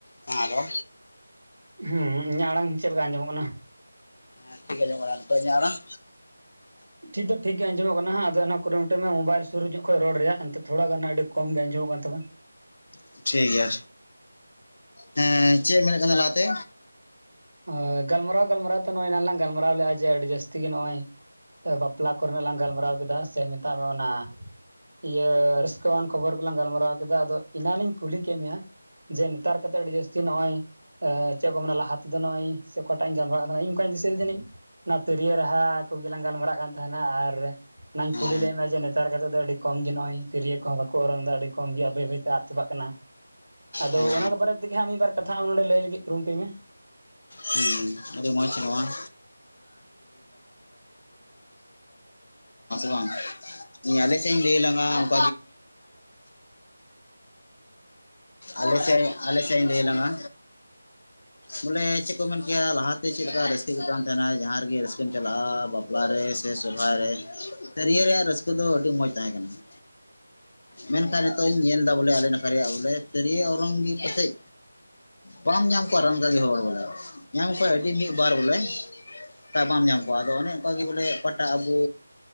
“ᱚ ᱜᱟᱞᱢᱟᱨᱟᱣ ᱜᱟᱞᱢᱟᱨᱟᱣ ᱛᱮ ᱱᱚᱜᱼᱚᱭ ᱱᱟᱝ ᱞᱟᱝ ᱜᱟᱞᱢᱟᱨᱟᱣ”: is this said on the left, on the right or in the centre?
Right